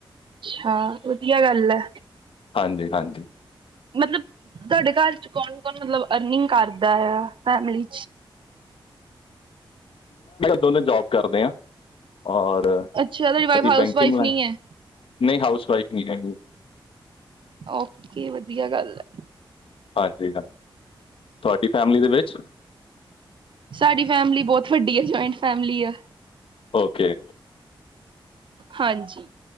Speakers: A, on the right (about 60°); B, on the left (about 70°).
A: ਅੱਛਾ ਵਧੀਆ ਗੱਲ ਐ।
B: ਹਾਂਜੀ-ਹਾਂਜੀ,
A: ਮਤਲਬ ਤੁਹਾਡੇ ਘਰ ਚ ਕੌਣ ਕੌਣ ਮਤਲਬ ਅਰਨਿੰਗ ਕਰਦਾ ਆ? ਕੋਈ ਆਵਾਜ਼ ਨਹੀਂ,
B: ਦੋਨੇ ਜੋਬ ਕਰਦੇ ਆਂ ਔਰ
A: ਅੱਛਾ ਤੁਹਾਡੀ ਵਾਈਫ
B: ਅਸੀਂ
A: ਹਾਊਸ
B: ਬੈਂਕਿੰਗ
A: ਵਾਈਫ
B: ਨਹੀਂ
A: ਹੈ
B: ਹਾਊਸ, ਰਾਈਟ ਨਹੀਂ ਰਹਿੰਦੇ।
A: ਓਕੇ ਵਧੀਆ ਗੱਲ ਐ।
B: ਹਾਂਜੀ, ਤੁਹਾਡੀ ਫੈਮਿਲੀ ਦੇ ਵਿੱਚ
A: ਸਾਡੀ ਫੈਮਿਲੀ ਬਹੁਤ ਵੱਡੀ ਐ ਜੁਇੰਟ ਫੈਮਿਲੀ ਆ।
B: ਓਕੇ,
A: ਹਾਂਜੀ,